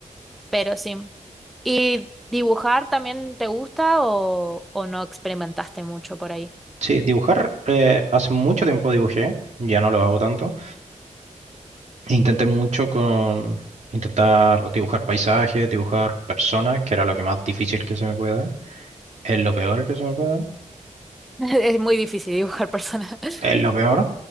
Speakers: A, in the centre; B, on the right.
A: Pero sí. ¿Y dibujar también te gusta o, o no experimentaste mucho por ahí?
B: Sí, dibujar, eh, hace mucho tiempo dibujé, ya no lo hago tanto. E Intenté mucho con intentar dibujar paisajes, dibujar personas, que era lo que más difícil que se me pueda. Es lo peor que se me puede dar.
A: <laughs> Es muy difícil dibujar personas. <laughs>
B: Es lo peor.